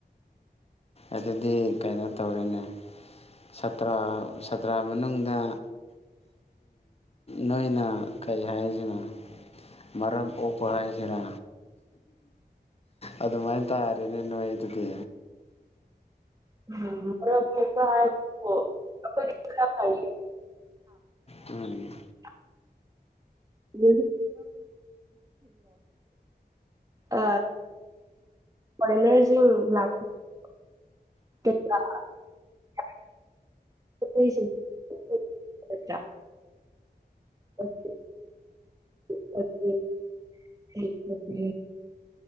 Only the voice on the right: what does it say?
ꯎꯝꯁꯨ ꯍꯥꯏ ꯑꯩꯈꯣꯏ
<inaudible> ꯑ ꯐꯣꯔꯦꯟꯅꯔꯁꯤꯡ ꯂꯥꯛꯄ <inaudible> <inaudible> <inaudible>